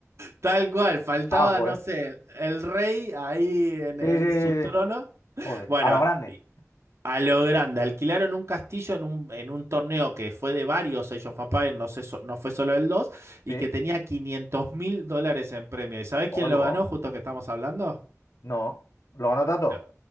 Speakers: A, on the right; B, on the left.
A: tal cual, faltaba,
B: Ah, joder.
A: no sé, el, rey ahí en,
B: Sí,
A: en
B: sí, sí,
A: su trono.
B: sí. Joder.
A: Bueno,
B: A lo grande.
A: y, A lo grande, alquilaron un castillo en un, en un torneo que fue de varios Age of Empires, no, sé, so- no fue solo el 2 y
B: Sí.
A: que tenía quinientos mil dólares en premio. ¿Y sabés quién
B: Oigo.
A: lo ganó, justo que estamos hablando?
B: No. ¿Lo ganó Tato?
A: Lo,